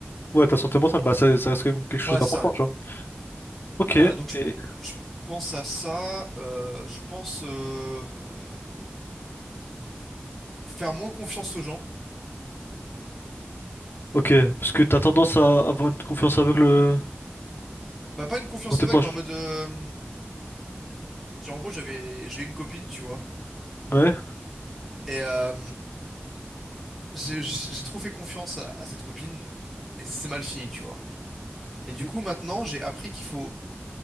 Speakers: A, on the left; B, in the centre.
A: Ouais, ta santé mentale, bah ça, ça reste quand même quelque chose
B: Ouais,
A: d'important,
B: c'est ça, ouais.
A: tu vois. Ok.
B: Euh, donc, je,
A: Et...
B: je pense à ça. euh, je pense euh, faire moins confiance aux gens.
A: Ok, parce que t'as tendance à avoir une confiance aveugle.
B: Bah, pas une confiance
A: On t'es
B: aveugle,
A: proche.
B: mais en mode. euh, genre, en gros, j'avais, j'ai eu une copine, tu vois.
A: Ouais.
B: Et euh, j'ai j'ai trop fait confiance à, à cette copine et c'est mal fini, tu vois. Et du
A: Oui.
B: coup, maintenant, j'ai appris qu'il faut